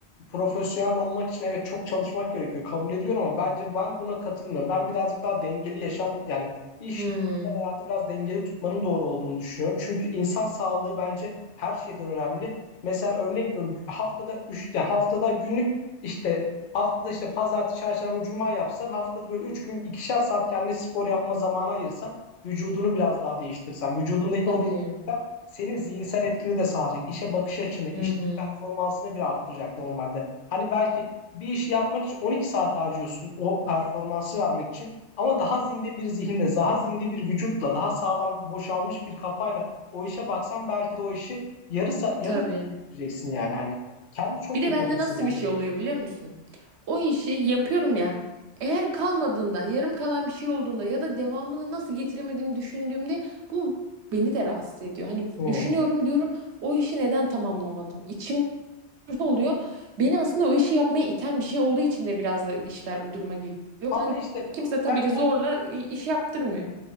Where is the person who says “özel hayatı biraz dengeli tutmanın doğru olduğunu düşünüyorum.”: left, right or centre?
Left